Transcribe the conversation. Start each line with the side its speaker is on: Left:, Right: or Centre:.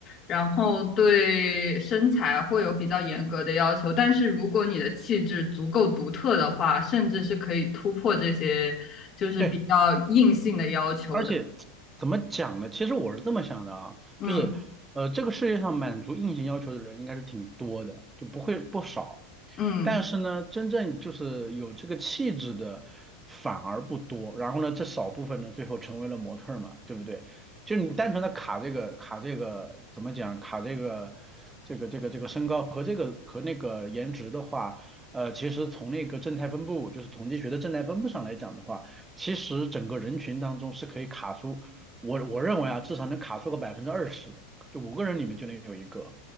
Left: 然后对身材会有比较严格的要求，但是如果你的气质足够独特的话，甚至是可以突破这些就是比较硬性的要求的。
Right: 对，而且怎么讲呢？其实我是这么想的啊，
Left: 嗯
Right: 就是呃，这个世界上满足硬性要求的人应该是挺多的，就不会不少。
Left: 嗯，
Right: 但是呢，真正就是有这个气质的反而不多。然后呢，这少部分呢，最后成为了模特儿嘛，对不对？就你单纯的卡这个卡这个怎么讲？卡这个这个这个这个身高和这个和那个颜值的话，呃，其实从那个正态分布，就是统计学的正态分布上来讲的话，其实整个人群当中是可以卡出，我我认为啊，至少能卡出个百分之二十，就五个人里面就能有一个。